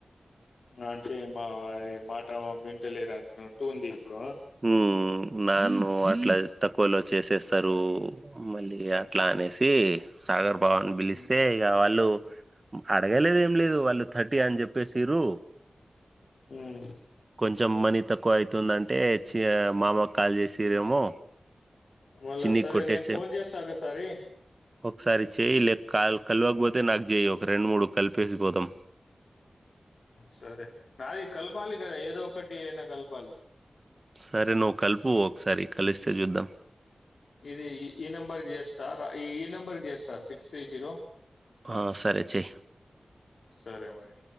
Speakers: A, on the left (about 85°); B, on the right (about 40°).
A: అంటే మా మాట వింటలేరు అంటంటూ ఉంది ఇప్పుడు
B: ఉ నన్ను అట్లా తక్కువలో చేసేస్తారు మళ్ళీ అట్లా అనేసి సాగర్ బావాని పిలిస్తే
A: ఉమ్
B: ఇక వాళ్ళు అడగలేద ఏం లేదు వాళ్ళు థర్టీ అని చెప్పేసిరు
A: ఉమ్.
B: కొంచెం మనీ తక్కువ అవుతుందంటే అంటే చి మామకు కాల్ చేసిరేమో
A: మళ్ళా
B: చిన్నికి
A: సరే
B: కొట్టేసే
A: నేను ఫోన్ చేస్తా ఒకసారి
B: ఒకసారి చేయి లేక క కలవకపోతే నాకు చేయి ఒక రెండు మూడు కలిపేసి పోతాం
A: సరే నాదిీ కల్పాలి కదా ఏదో ఒకటి ఏనా కల్పాల
B: సరే నువ్వు కలుపు ఒకసారి కలిస్తే చూద్దాం
A: ఇది ఈ ఈ నెంబర్ చేస్త సార్ ఈ ఈ నెంబర్ చేస్త సార్ సిక్స్ తీ జీరో
B: ఆ సరే చెే
A: సరే మరి